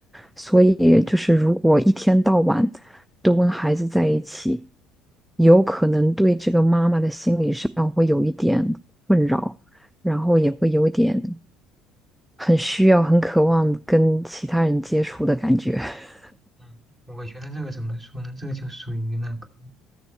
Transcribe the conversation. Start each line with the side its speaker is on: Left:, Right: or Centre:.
Centre: 所以就是如果一天到晚。都跟孩子在一起，有可能对这个妈妈的心理上会有一点困扰，然后也会有一点很需要、很渴望跟其他人接触的感觉。<laughs>
Right: 嗯，我觉得这个怎么说呢？这个就属于那个。